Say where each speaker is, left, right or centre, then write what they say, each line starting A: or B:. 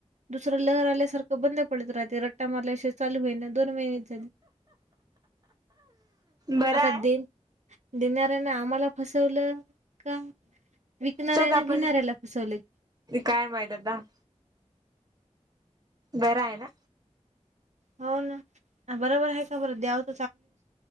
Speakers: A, on the right; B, on the right.
A: दुसरं लहर आल्यासारखं बंद पडत राहतय. ते रट्टा मला चालू होई ना दोन महिने झाले.
B: बरं
A: आता
B: आहे
A: दे देणाऱ्यांने आम्हाला फसवलं. का विकणाऱ्या
B: स्वतः
A: ना घेणाऱ्याला
B: पण
A: फसवले.
B: काय माहितद्ात. बरा आहे ना.
A: हो ना बरोबर आहे का बरं आहे का बर.